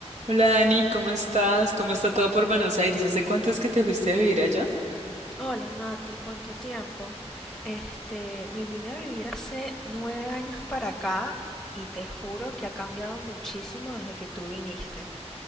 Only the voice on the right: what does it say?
Hola Dani, ¿cómo estás? ¿Cómo está todo por Buenos Aires? ¿Hace cuánto es que te fuiste a vivir allá?